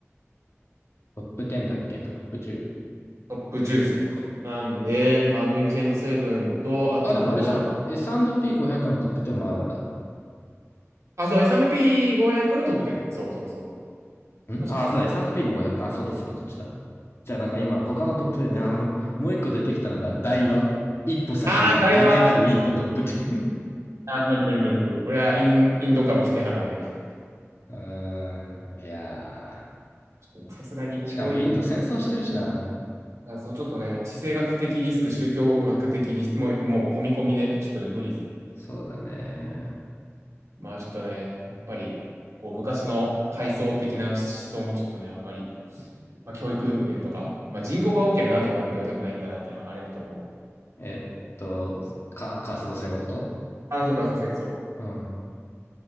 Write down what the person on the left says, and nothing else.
トップ10だっけトップ10。
あ、でもあれじゃん。S&P500 のトップ10もあるんだ。
んあ、
そうだ、S&P の500か。あそうだ、そうだ、こっちだ。じゃあなんか今、他のトップでね、あの、もう一個出てきたのが、台湾。一歩先行く華麗なるインドトップ10。
<laughs> うーん、いやー。
しかもインド戦争してるしな。
そうだね。
えっと、カカースト制のこと
うん。